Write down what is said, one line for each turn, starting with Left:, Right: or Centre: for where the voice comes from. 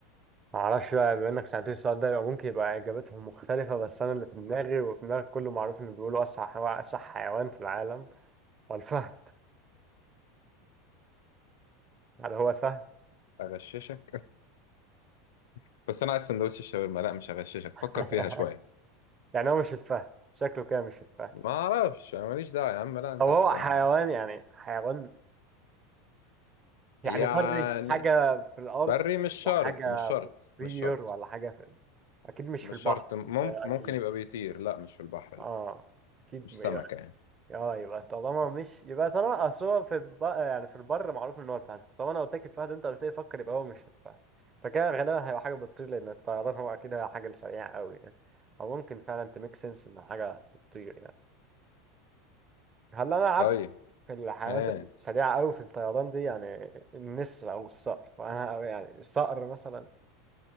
Right: معرفش بقى بما انك سألتني السؤال ده يبقى ممكن يبقى اجابتهم مختلفة بس انا اللي في دماغي وفي دماغ كله معروف انه بيقولوا اسرع حيوان اسرع حيوان في العالم هو الفهد هل هو الفهد؟
Left: أغششك <laughs> بس أنا عايز سندوتش الشاورما لا مش هغششك
Right: <laughs>
Left: فكر فيها شوية
Right: يعني هو مش الفهد شكله كده مش الفهد
Left: ما أعرفش أنا ماليش دعوة يا عم لا أنت
Right: او
Left: أنت
Right: هو حيوان يعني حيوان يعني
Left: يعني
Right: بري حاجة في الارض
Left: بري مش شرط
Right: وحاجة
Left: مش شرط
Right: بتطير
Left: مش شرط
Right: ولا حاجة في... اكيد مش
Left: مش
Right: في البحر
Left: شرط مم...
Right: ده
Left: ممكن
Right: اكيد
Left: يبقى بيطير لا مش في البحر
Right: اه
Left: لا
Right: اكيد
Left: مش سمكة يعني
Right: اه يبقى طالما مش يبقى طالما اصل هو في الب... يعني في البر معروف ان هو الفهد طالما انا قلت لك الفهد انت قلت لي فكر يبقى هو مش الفهد فكده غالبا هيبقى حاجه بتطير لان الطيران هو اكيد هي حاجه سريعه قوي يعني او ممكن فعلا تميك سنس ان حاجه بتطير يعني هل انا عارف
Left: طيب
Right: في الحيوانات
Left: ها
Right: السريعه قوي في الطيران دي يعني النسر او الصقر فانا يعني الصقر مثلا